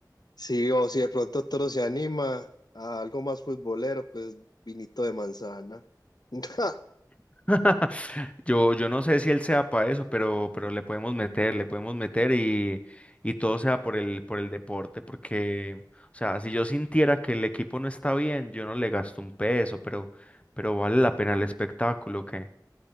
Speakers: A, on the left (about 65°); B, on the left (about 15°).
A: Sí, o si de pronto Toro se anima a algo más futbolero, pues vinito de manzana. <laughs>
B: <laughs> Yo, yo no sé si él sea para eso, pero, pero le podemos meter, le podemos meter y, y todo sea por el, por el deporte, porque, o sea, si yo sintiera que el equipo no está bien, yo no le gasto un peso, pero, pero vale la pena el espectáculo, que